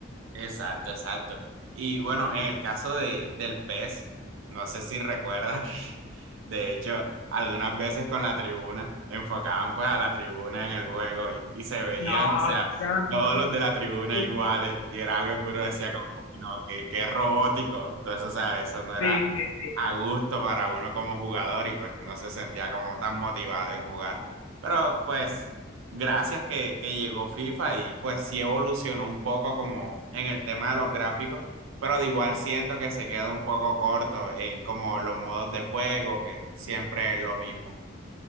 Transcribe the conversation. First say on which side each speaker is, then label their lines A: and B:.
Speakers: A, on the right (about 70°); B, on the left (about 85°).
A: Exacto, exacto. Y bueno, en el caso de, del pez, no sé si recuerdas <laughs> que, de hecho, algunas veces con la tribuna, enfocaban pues a la tribuna en el juego y, y se veían,
B: No,
A: o sea,
B: ya.
A: todos los de la tribuna
B: Sí,
A: iguales y era algo que uno decía como, "Uy, no, qué, qué robótico. Entonces, o sea, eso no era
B: sí, sí, sí.
A: a gusto para uno como jugador y pues no se sentía como tan motivado en jugar. Pero pues gracias que, que llegó FIFA y pues sí evolucionó un poco como en el tema de los gráficos, pero de igual siento que se queda un poco corto en como los modos de juego, que siempre es lo mismo.